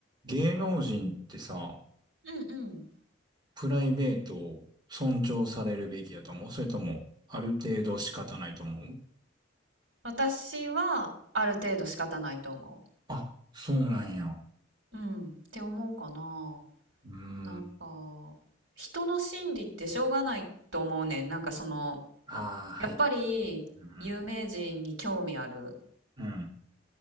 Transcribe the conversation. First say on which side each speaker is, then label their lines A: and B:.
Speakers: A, on the right (about 20°); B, on the right (about 85°).
A: 芸能人ってさ、
B: うんうん。
A: プライベートを尊重されるべきだと思うそれとも、ある程度仕方ないと思う
B: 私はある程度仕方ないと思
A: あ、そうなんや。
B: う。うん。って思うかな。
A: うーん。
B: なんか、人の心理ってしょうがないと思うねん。なんかその、
A: ああ、はい。
B: やっぱり有名人に興味ある
A: うん。うん。